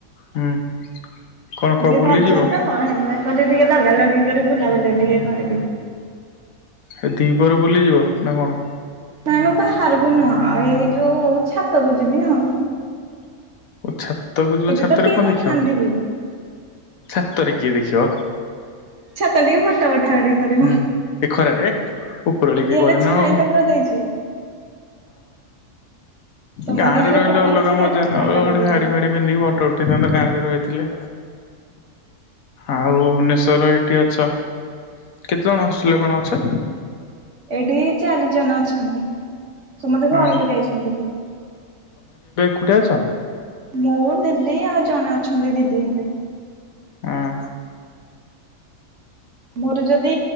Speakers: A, on the left; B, on the right.
A: ହୁଁ। କଣ
B: ଆଜି
A: କୁଆ ବୁଲିଯିବ
B: ରଜ ତ ହେଲାଇ ମାନେ ଟିକେ ଲଗା ଲଗି କରି ବୁଲାବୁଲି ଟିକେ କରିବି
A: ଏ ଦିହିପରେ ବୁଲିଯିବ ନ କଣ
B: ନାଇଁ ମ ବାହାରକୁ ନୁହଁ ଏଇ ଯୋଉ ଛାତକୁ ଯିବି ଆଉ
A: ଓ ଛାତକୁ ଯିବ
B: ଏଠି
A: ଛାତରେ
B: ତ କେହି
A: କଣ
B: ନାହାନ୍ତି
A: ଦେଖିବ
B: ବି
A: ଛାତରେ ଯିଏ ଦେଖିବ
B: ଛାତରେ ଟିକେ ଫଟା ଉଠା ଉଠି କରିବି
A: ହୁଁ ଏ ଖରାରେ ଉପରଓଳି କିଏ
B: ଇଆଡେ
A: କରେନା
B: ଛାଇ
A: ଆଉ
B: ପାଗ ଦେଇଛି। ତମର
A: ଗାଁ
B: ଇଆଡେ
A: ରେ ରହିଲେ
B: ଖରା
A: ଅଲଗା
B: ହେଇଛି ଇଆଡେ
A: ମଜା
B: ଛାଇ
A: ନା
B: ପାଗ
A: ଓଡ୍
B: ଦେଇଛି।
A: ଶାଢି ଫାଡ଼ି ପିନ୍ଧି ଫୋ ଉଠେଇଥାନ୍ତ ଗାଁ ରେ ରହିଥିଲେ ଆଉ ଭୁବନେଶ୍ୱରର ଏଠି ଅଛ କେତେ ଜଣ ଆସିୁଥିଲେ କଣ ଅଛ।
B: ଏଇଠି ଚାରି ଜଣ ଅଛନ୍ତି। ସମସ୍ତେ
A: ହଁ
B: ଘରକୁ ଯାଇଛନ୍ତି ରି
A: କୋଉଠି ଅଛ।
B: ମୋ ଦିଦି ଆଉ ଜଣେ ଅଛନ୍ତି ଦିଦି ହେବେ।
A: ହଁ।
B: ମୋର ଯଦି।